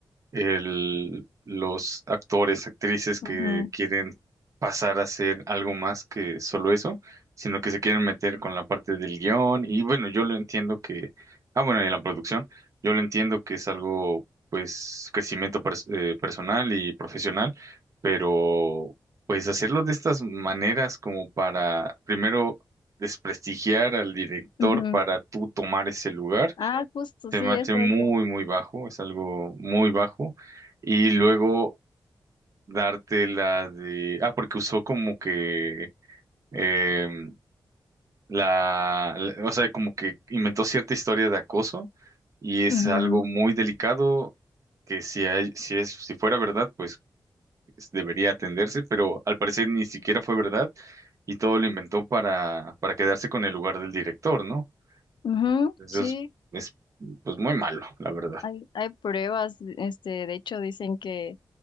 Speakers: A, on the right; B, on the left.
A: el- los actores, actrices que
B: Ujú,
A: quieren pasar a ser algo más que solo eso, sino que se quieren meter con la parte del guión. Y bueno, yo lo entiendo que, ah, bueno, y la producción, yo lo entiendo que es algo, pues, crecimiento pers- eh, personal y profesional, pero pues hacerlo de estas maneras como para, primero, desprestigiar al director
B: ujú.
A: para tú tomar ese lugar
B: Ah, justo,
A: se
B: sí,
A: me hace
B: eso,
A: muy,
B: eso.
A: muy bajo, es algo muy bajo. Y luego darte la de... Ah, porque usó como que... em, la, la- O sea, como que inventó cierta historia de acoso y es
B: Ujú,
A: algo muy delicado que si, hay- si, es, si fuera verdad, pues es- debería atenderse, pero al parecer ni siquiera fue verdad y todo lo inventó para, para quedarse con el lugar del director, ¿no?
B: ujú,
A: Entonces,
B: sí,
A: es pues muy malo, la verdad.
B: hay, hay pruebas, este, de hecho, dicen que